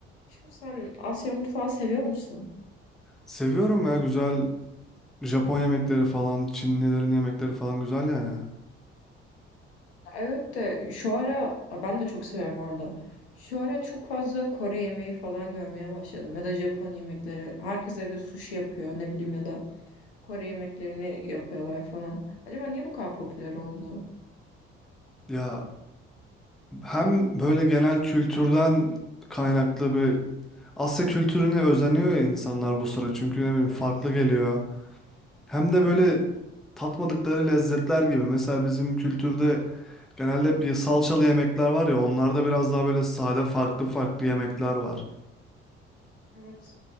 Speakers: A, on the left; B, in the centre.
A: Aşkım sen Asya mutfağı seviyor musun?
B: Seviyorum ya güzel Japon yemekleri falan, Çinlilerin yemekleri falan güzel yani.
A: Ya Evet de şu ara ya ben de çok seviyorum bu arada. Şu ara çok fazla Kore yemeği falan görmeye başladım ya da Japon yemekleri. Herkes evde sushi yapıyor ne bileyim ya da Kore yemeklerini yapıyorlar falan. Acaba niye bu kadar popüler oldu?
B: Ya hem böyle genel kültürden kaynaklı bir Asya kültürüne özeniyor ya insanlar bu sıra çünkü ne bileyim
A: Evet.
B: farklı geliyor. Hem de böyle
A: Hı hı.
B: tatmadıkları lezzetler gibi. Mesela bizim kültürde genelde bir salçalı yemekler var ya onlarda biraz daha böyle sade farklı farklı yemekler var.
A: Evet.